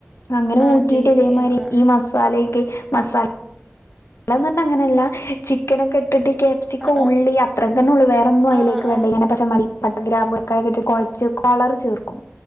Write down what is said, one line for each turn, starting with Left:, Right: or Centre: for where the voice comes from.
Left: അങ്ങനെ
Centre: ആഹ് അതേല്ലേ
Left: ഊറ്റിയിട്ട് ഇതേമാരി
Centre: ആഹ് ആഹ്
Left: ഈ മസാലയ്ക്ക് മസാല <unintelligible> പറഞ്ഞ അങ്ങനെയല്ല ചിക്കനോക്കെ ഇട്ടിട്ട് കേപ്സിക്കോ
Centre: ആഹ്
Left: ഉള്ളി
Centre: ആഹ്
Left: അത്ര തന്നെ ഉള്ളൂ വേറൊന്നും അയിലേക്ക്
Centre: ആഹ്
Left: വേണ്ട
Centre: ആഹ്
Left: <unintelligible> പട്ട ഗ്രാമ്പൊക്കെ കെട്ടിട്ട് കൊഴച്ച് കൊളറ് ചേർക്കും